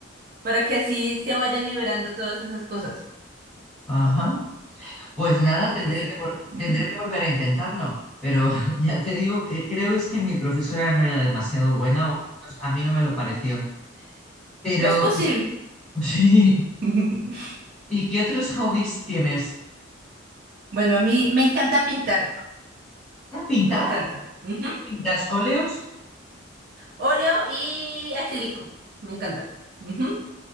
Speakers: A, on the right; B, in the centre.
A: para que así se vayan liberando todas esas cosas.
B: Ajá. Pues nada, tendré
A: Entonces,
B: que, vol-
A: <laughs>
B: tendré que volver a intentarlo. Pero <laughs> ya te digo que creo es que mi profesora no era demasiado buena, o al menos a mí no me lo pareció. Pero
A: es posible.
B: <laughs> sí,
A: <laughs>
B: ¿Y qué otros hobbies tienes?
A: Bueno, a mí me encanta pintar,
B: Ah, pintar.
A: me encanta. Ujú.
B: ¿Pintas óleos?
A: Óleo y acrílico, me encanta. Ujú.